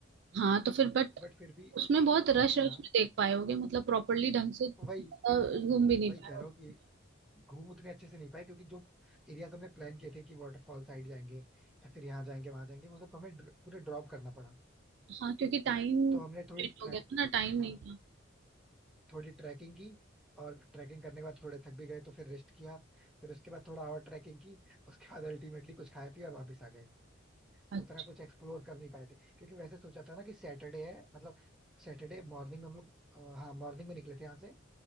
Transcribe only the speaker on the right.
हाँ तो फिर बट
उसमें बहुत रश रश
में देख पाए होगे मतलब प्रॉपरली ढंग से अ,
घूम भी नहीं
पाए
होगे
हाँ क्योंकि टाइम
लेट
हो गया था ना टाइम
नहीं था
अच्छा